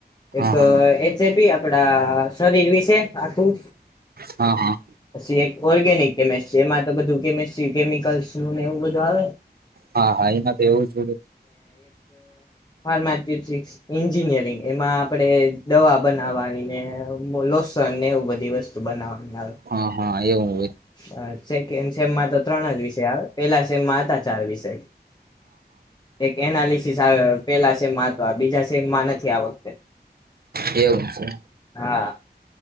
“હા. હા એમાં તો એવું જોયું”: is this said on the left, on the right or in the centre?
Right